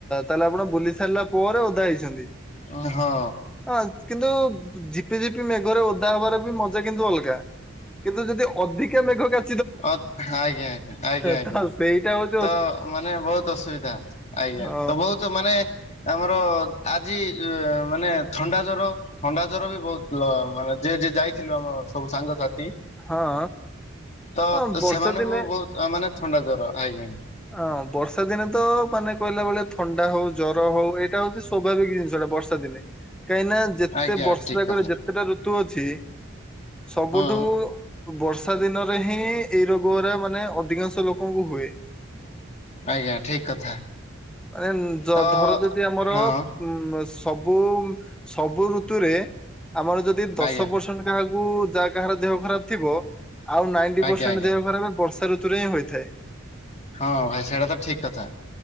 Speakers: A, in the centre; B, on the left (about 35°).
A: ତାହେଲେ ଆପଣ ବୁଲି ସାରିଲା ପରେ ଓଦା ହେଇଛନ୍ତି।
B: ଅ ହଁ
A: ହଁ କିନ୍ତୁ ଝିପି ଝିପି ମେଘରେ ଓଦା ହବାର ବି ମଜା କିନ୍ତୁ ଅଲଗା ଗା କିନ୍ତୁ ଯଦି ଅଧିକା ମେଘ କା
B: ଅଧା ଆଜ୍ଞା ଆଜ୍ଞା ଆଜ୍ଞା ଆଜ୍ଞା
A: ତ ସେଇଟା ହଉଚି
B: ତ ମାନେ ବହୁତ ଅସୁବିଧା ଆଜ୍ଞା
A: ଅ
B: ତ ବହୁତ ମାନେ ଆମର ଆଜି ଏ ମାନେ ଥଣ୍ଡା ଜର ଥଣ୍ଡା ଜ୍ୱର ବି ବହୁତ ମାନେ ଯିଏ ଯିଏ ଯାଇଥିଲୁ ଆମ ସବୁ ସାଙ୍ଗସାଥି ତି
A: ହଁ
B: ତ
A: ହଁ ବର୍ଷା
B: ସେମାନଙ୍କୁ
A: ଦିନେ
B: ବହୁତ ମାନେ ଥଣ୍ଡା ଜର ଆଜ୍ଞା
A: ଅଁ ବର୍ଷା ଦିନେ ତ ମାନେ କହିଲା ଭଳିଆ ଥଣ୍ଡା ହଉ ଜର ହଉ ଏଇଟା ହଉଛି ସ୍ୱାଭାବିକ ଜିନିଷଟା ବର୍ଷା ଦିନେ କାହିଁନା ଯେତେ
B: ଆଜ୍ଞା
A: ବର୍ଷ
B: ଠିକ କଥା
A: କରେ ଯେତେଟା ଋତୁ ଅଛି ସବୁଠୁ
B: ହଁ
A: ବର୍ଷା ଦିନରେ ହିଁ ଏଇ ରୋଗ ଉରା ମାନେ ଅଧିକାଂଶ ଲୋକଙ୍କୁ ହୁଏ।
B: ଆଜ୍ଞା ଠିକ କଥା
A: ହେଲା ଆରେ ନେ ଯ
B: ତ
A: ଧର ଯଦି ଆମର
B: ହଁ
A: ଉ ସବୁ ସବୁ ଋତୁରେ ଆମର ଯଦି ଦଶ
B: ଆଜ୍ଞା
A: ପରସେଣ୍ଟ କାହାକୁ ଯାହା କାହାର ଦେହ ଖରାପ ଥିବ ଆଉ ନାଣ୍ଟୀ
B: ଆଜ୍ଞା
A: ପରର୍ସେଣ୍ଟ
B: ଆଜ୍ଞା
A: ଦେହ ଖରାପ ବରଶ୍ ଶୀତ ଋତୁରେ ହିଁ ହୋଇଥାଏ।
B: ହଁ ଭାଇ ସେଇଟା ତ ଠିକ କଥା